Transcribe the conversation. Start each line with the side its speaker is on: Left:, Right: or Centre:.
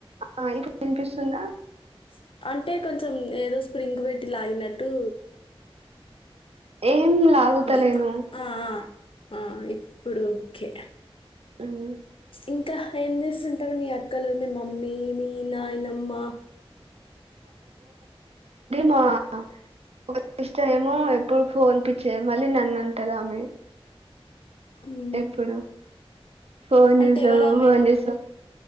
Right: ఆ ఇంకా వినిపిస్తుందా
Left: ప్చ్ అంటే కొంచెం ఏదో స్ప్రింగ్ వెట్టిలాగినట్టు
Right: ఏం లాగుతలేను
Left: ఇప్పుడు ఆ, ఆ ఇప్పుడు ఓకే
Right: మ్మ్
Left: ఇంకా యేం జేస్సుంటరు మీ అక్కలు మీ మమ్మీ మీ నాయనమ్మ
Right: మా <unintelligible> ఇస్తే ఏమో ఎప్పుడు ఫోన్ పిచ్చే మళ్ళీ నన్ను అంటది ఆమె.
Left: మ్మ్.
Right: ఎప్పుడు ఫోన్
Left: అంటే
Right: జూసవ్
Left: ఎవరామె
Right: ఫోన్ జూస్సవ్